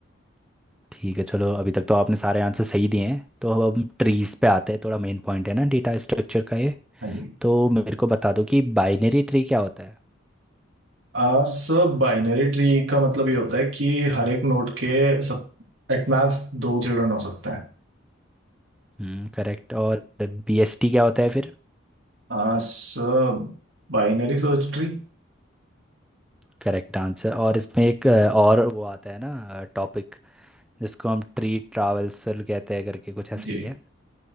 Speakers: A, in the centre; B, on the right.
A: ठीक है चलो अभी तक तो आपने सारे आंसर सही दिए हैं तो अब हम ट्रीज पे आते हैं थोड़ा मेन पॉइंट है ना डेटा स्ट्रक्चर का ये
B: जी
A: तो मेरे को बता दो कि बाइनरी ट्री क्या होता है
B: आ, सर बाइनरी ट्री का मतलब ये होता है कि हर एक नोड के सब एट मैक्स दो चिल्ड्रन हो सकते हैं
A: हम्म करेक्ट और बीएसटी क्या होता है फिर
B: आ, Sir binary search tree
A: Correct answer और इसमें एक अ, और वो आता है ना टॉपिक जिसको हम ट्री ट्रावल्सल कहते हैं करके कुछ ऐसे
B: जी
A: ही है